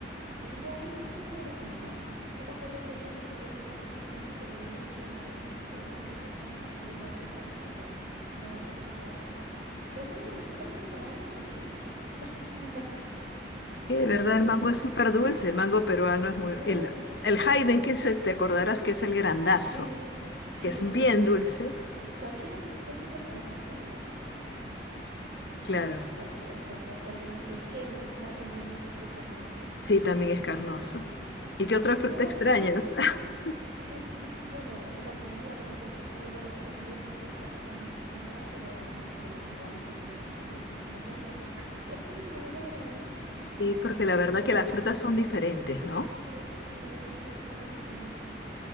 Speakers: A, on the right; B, on the left.
A: y digo, ay, estos tienen buena pinta. No me acuerdo qué olían, seguramente no los olí, pero venían de, no sé de dónde, Costa de Marfil, no sé, por esto no. Me da pena, me da por... Que un mango no sepa rico me da una tristeza, no te <laughs> imaginas.
B: <laughs> que de verdad
A: Y
B: el
A: eso
B: mango es súper
A: aquí pasa.
B: dulce. El mango peruano es muy...
A: Claro,
B: El, el Hayden, que se, te acordarás que es el grandazo,
A: Sí, sí,
B: que es bien
A: ese.
B: dulce.
A: Cualquiera que sea súper carnoso me gusta.
B: Claro,
A: Cualquier, o sea, andar- cual- el, el Kent, ¿no? También es así carnoso.
B: sí, también es carnoso. ¿Y qué otra
A: Pero
B: fruta
A: luego,
B: extrañas?
A: a ti,
B: <laughs>
A: que, bueno, ex- la sandía que tampoco sabe igual. Aquí la sandía está rica cuando es temporada, pero, pero no es igual la sandía. Pero, uf, se me hace agua la boca, <laughs> te lo juro que se me hace agua la boca.
B: Sí, porque la
A: Este,
B: verdad que las frutas son diferentes, ¿no?
A: sí, sabe, sí, saben diferente.